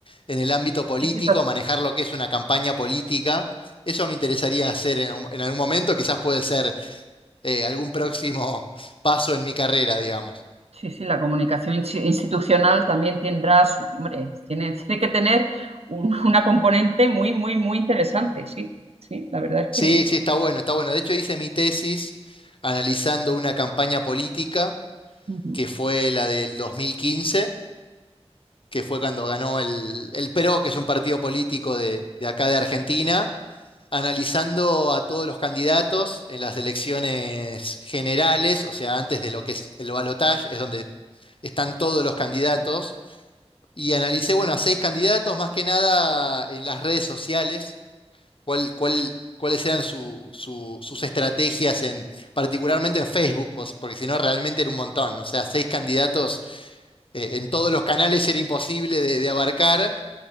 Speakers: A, on the left (about 50°); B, on the right (about 65°).
A: en el ámbito político,
B: Sí, sí,
A: manejar lo que es una campaña política. Eso me interesaría hacer en, algún en algún momento, quizás puede ser eh, algún próximo <laughs> paso en mi carrera, digamos.
B: Sí, sí, la comunicación insti- institucional también tendrá su, hombre, tiene, tiene que tener un- <laughs> una componente muy, muy, muy interesante, sí, sí, la verdad es que...
A: Sí, sí, está bueno, está bueno. De hecho, hice mi tesis analizando una campaña política
B: ujú,
A: que fue la del 2015 que fue cuando ganó el, el PRO, que es un partido político de, de acá de Argentina, analizando a todos los candidatos en las elecciones generales, o sea, antes de lo que es el balotaje, es donde están todos los candidatos, y analicé, bueno, a seis candidatos, más que nada en las redes sociales, cuál, cuál, cuáles eran su, su, sus estrategias, en, particularmente en Facebook, pues, porque si no realmente era un montón, o sea, seis candidatos eh, en todos los canales era imposible de, de abarcar,